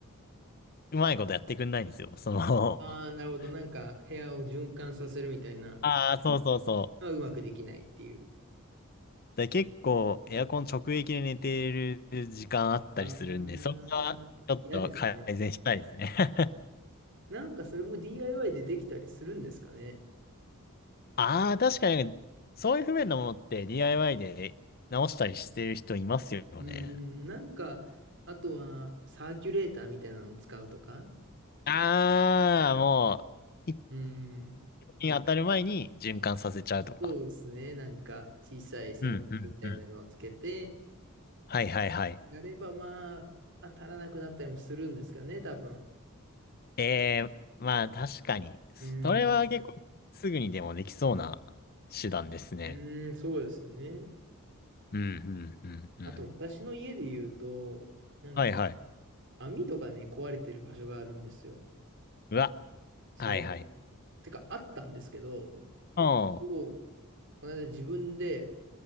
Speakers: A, on the left; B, on the right.
A: うまいことやってくんないんですよ。その、
B: ああー、
A: <laughs>
B: なるほど。なんか、部屋を循環させるみたいな、
A: ああ、そうそうそう。
B: がうまくできないっていう。
A: で、結構エアコン直撃で寝てる時間あったりするんで、
B: ああ、
A: それはちょっと改善したいですね。
B: 嫌ですね。
A: <laughs>
B: なんかそれも DIY でできたりするんですかね。
A: ああ、確かに、そういう不便なものって DIY で直したりしてる人いますよね。
B: うーん、なんか、あとはサーキュレーターみたいなの使うとか。
A: ああ、もう、一
B: うーん、
A: 気に当たる前に循環させちゃうとか。
B: そうですね。なんか小さい扇風機みたいなのをつけて、
A: うんうんうんはいはいはい。
B: やればまあ、当たらなくなったりもするんですかね、多分。
A: ええ、まあ確かに、
B: うーん、
A: それは結構すぐにでもできそうな手段ですね。
B: うーん、そうですよね。
A: うんうんうんうん。
B: あと私の家で言うと、なんか
A: はいはい。
B: 網戸がね、壊れてる場所があるんですよ。
A: うわ。
B: そう。
A: はいはい。
B: てか、あったんですけど、
A: うん。
B: を、この間自分で